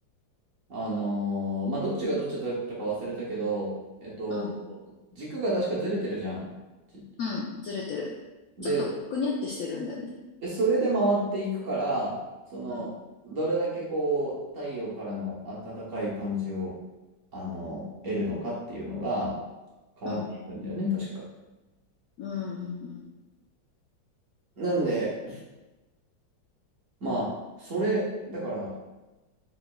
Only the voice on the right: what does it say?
あのーまあ、どっちがどっちだったか忘れたけど、えっと、
軸が確かずれてるじゃん。ち
で、
でそれで回っていくから、その、
どれだけこう、太陽からの暖かい感じを、あの、得るのかっていうのが変わっていくんだよね、
確か。
なんで、まあ、それ、だから、